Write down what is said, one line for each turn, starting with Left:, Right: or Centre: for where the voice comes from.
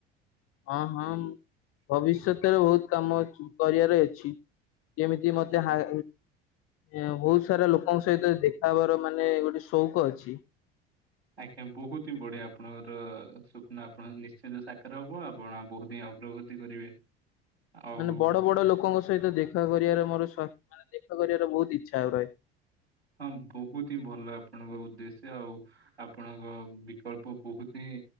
Left: ହଁ ହଁ ଭବିଷ୍ୟତରେ ବହୁତ କାମ ଅଛି କରିବାର ଅଛି। ଯେମିତି ମୋତେ
Right: ହଁ
Left: ହା ଇଁ ବହୁତ ସାରା ଲୋକଙ୍କ ସହିତ ଦେଖା ହବାର ମାନେ ଗୋଟେ ସଉକ ଅଛି
Right: ଆଜ୍ଞା ବହୁତ ହିଁ ବଢିଆ ଆପଣଙ୍କର ସ୍ୱପ୍ନ ଆପଣଙ୍କ ନିଶ୍ଚିନ୍ତ ସାକାର ହବ ଆପଣ ବହୁତ ହିଁ ପ୍ରଗତି କରିବେ। ଆଉ
Left: ମାନେ ବଡ ବଡ ଲୋକଙ୍କ ସହିତ ଦେଖା କରିବାର ମୋର ମାନେ ଦେଖା କରିବାର ବହୁତ ଇଚ୍ଛା ଆଉ ରହେ।
Right: ହଁ ବହୁତ ହିଁ ଭଲ ଆପଣଙ୍କ ଉଦ୍ଦେଶ୍ୟ ଆଉ ଆପଣଙ୍କ ବିକଳ୍ପ ବହୁତ ହିଁ